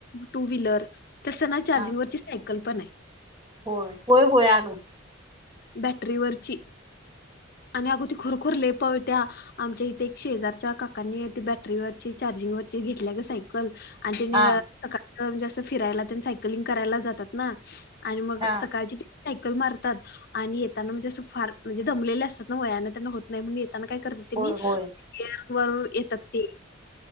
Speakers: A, on the left; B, on the right.
A: टू व्हिलर तसं ना चार्जिंग
B: हा
A: वरची सायकल पण आहे.
B: होय होय होय अगं
A: बॅटरीवररची आणि अग ती खरुखर लई पळत्या आमच्या इथे एक शेजारच्या काकांनी बॅटरीवरची चार्जिंग वरची घेतल्या ग सायकल आणि त्यांनी
B: हा
A: सकाळच म्हणजे असं फिरायला त्यांनी सायकलिंग करायला जातात ना आणि मग
B: हा
A: सकाळची ते सायकल मारतात आणि येताना म्हणजे असं फार म्हणजे दमलेले असतात ना वयानं त्यांना होत नाही म्हण येताना काय करत त्यांनी
B: होय होय
A: अर वर येतात ते